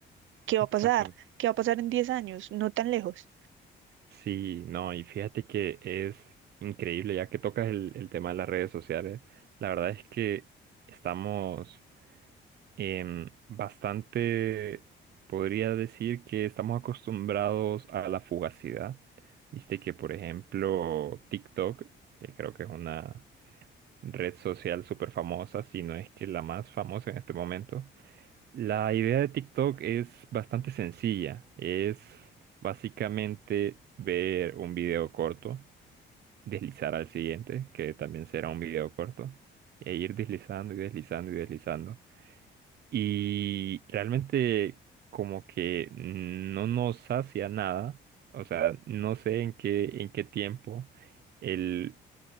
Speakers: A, on the right (about 75°); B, on the right (about 55°).
A: ¿Qué va
B: exactamente.
A: a pasar? ¿Qué va a pasar en 10 años? No tan lejos.
B: Sí, no, y fíjate que es increíble, ya que tocas el, el tema de las redes sociales, la verdad es que estamos em, bastante, podría decir que estamos acostumbrados a la fugacidad. Viste que, por ejemplo, TikTok, que creo que es una red social súper famosa, si no es que la más famosa en este momento. La idea de TikTok es bastante sencilla. Es básicamente ver un video corto, deslizar al siguiente, que también será un video corto, e ir deslizando y deslizando y deslizando. Y realmente como que no nos sacia nada. O sea, no sé en qué, en qué tiempo. el